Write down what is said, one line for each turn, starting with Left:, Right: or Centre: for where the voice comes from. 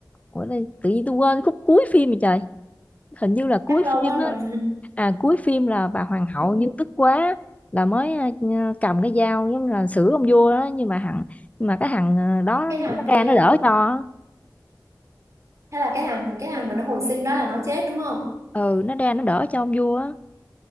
Left: Ủa đây, tự nhiên tôi quên khúc cuối phim rồi trời hình như là cuối
Right: Chắc lâu
Left: phim
Right: quá rồi.
Left: á à cuối phim là bà hoàng hậu
Right: <laughs>
Left: nhưng tức quá là mới à, cầm cái dao giống như là xử ông vua đó nhưng mà thằng nhưng mà cái thằng à, đó
Right: Cái thằng
Left: nó
Right: kia
Left: ra nó đỡ cho
Right: thế là cái thằng cái thằng mà nó hồi sinh đó là nó chết đúng không
Left: ừ nó ra nó đỡ cho ông vua á